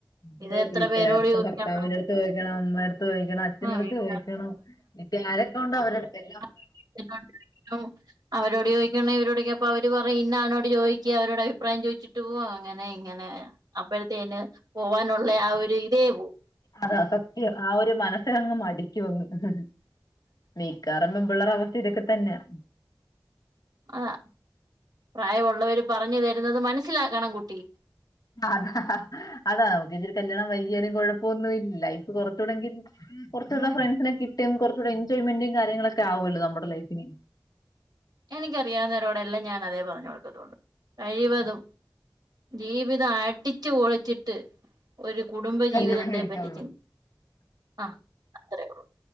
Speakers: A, on the left (about 55°); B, on the right (about 60°).
A: ഇവിടെ
B: ഇത് എത്ര
A: വീട്ടുകാരുടെ
B: പേരോട്
A: അടുത്ത്
B: ചോദിക്കണം
A: ഭർത്താവിന്റെ അടുത്ത് ചോദിക്കണം അമ്മയുടെ അടുത്ത് ചോദിക്കണം അച്ഛന്റെ
B: ആ
A: അടുത്ത്
B: വീട്ടിൽ
A: ചോദിക്കണം വീട്ടിൽ ആരെക്കെയുണ്ടോ അവരുടെ അടു
B: <unintelligible> അവരോട് ചോദിക്കണം ഇവരോട് ചോദിക്കണം അപ്പോ അവര് പറയും ഇന്ന ആളിനോട് ചോദിക്ക് അവരോട് അഭിപ്രായം ചോദിച്ചിട്ട് പോകും അങ്ങനെ ഇങ്ങനെ അപ്പോഴത്തേന് പോവാനുള്ള ആ ഒരു ഇതേ പോവും
A: അതാ സത്യം ആ ഒരു മനസ്സിനങ്ങ് മടിക്കും അങ്ങ് മിക്കവാറും പെൺപിള്ളേരുടെ അവസ്ഥ ഇതൊക്കെ തന്നെയാ
B: ആഹ് പ്രായമുള്ളവര് പറഞ്ഞ് തരുന്നത് മനസ്സിലാക്കണം കുട്ടി
A: അതാ അതാ നമുക്ക് ഇച്ചരി കല്യാണം വൈകിയാലും കൊഴപ്പവൊന്നും ഇല്ല ലൈഫ് കൊറ ച്ചൂടെങ്കിലും കുറച്ചൂടെ ഫ്രണ്ട്സിനെ കിട്ടും കുറച്ചൂടെ എൻജോയ്മെന്റും കാര്യങ്ങളക്കെ ആവുവല്ലോ നമ്മുടെ ലൈഫിന്
B: എനിക്കറിയാവുന്നവരോടെല്ലാം ഞാൻ അതേ പറഞ്ഞു കൊടുക്കത്തൊള്ളൂ കഴിവതും ജീവിതം അടിച്ച്പൊളിച്ചിട്ട് ഒരു കുടുംബജീവിതത്തെ
A: കല്യാണം കഴിക്കാവുള്ളൂ
B: പറ്റി ചിൻ ആഹ് അത്രേയൊള്ളു